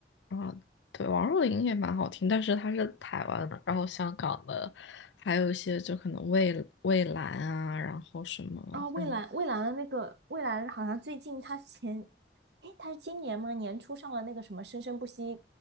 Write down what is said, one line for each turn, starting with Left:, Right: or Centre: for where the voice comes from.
Left: 啊，对，王若琳也蛮好听，但是她是台湾的，然后香港的，还有一些就可能蔚蔚蓝啊，然后什么的。
Right: 哦，蔚蓝，蔚蓝的那个蔚蓝，好像最近他前，诶，他是今年吗？年初上了那个什么《生生不息》